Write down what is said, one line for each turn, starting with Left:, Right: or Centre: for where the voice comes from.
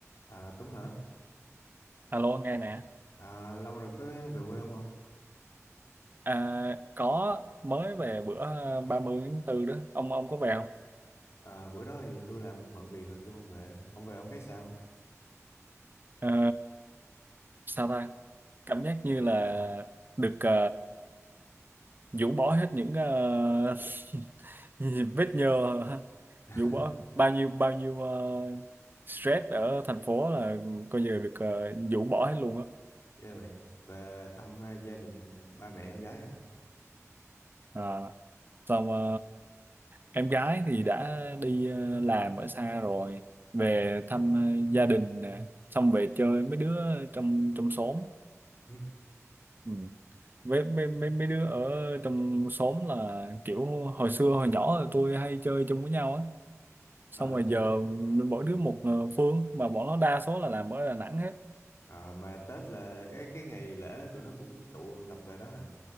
Left: À, Tuấn hả?
Right: Alo nghe nè
Left: À, lâu rồi có về quê ông không? ông?
Right: à, có mới về bữa ờ, 30 tháng 4 đó ông ông có về không
Left: À, bữa đó thì tôi làm bận việc rồi tôi không về. Ông về ông thấy sao?
Right: Ờ, sao ta cảm giác như là được ờ, rũ bỏ hết những ờ, <laughs> vết nhơ
Left: <laughs>
Right: rũ bỏ bao nhiêu bao nhiêu ờ, stress ở thành phố là coi như là được ờ, rũ bỏ hết luôn á
Left: Ghê vậy. Về thăm à, gia đình à, ba mẹ em gái à?
Right: à, xong à, em gái thì đã đi ờ, làm ở xa rồi về thăm ờ, gia đình nè xong về chơi mấy đứa trong trong xóm
Left: <laughs>
Right: ừ. với mấy, mấy mấy đứa ở trong xóm là kiểu hồi xưa hồi nhỏ là tôi hay chơi chung với nhau á xong
Left: À,
Right: rồi giờ mỗi
Left: tụi-
Right: đứa một ờ, phương mà bọn nó đa số là làm ở Đà Nẵng hết
Left: à, mà Tết là cái cái ngày lễ tụi nó cũng tụ tập về đó à?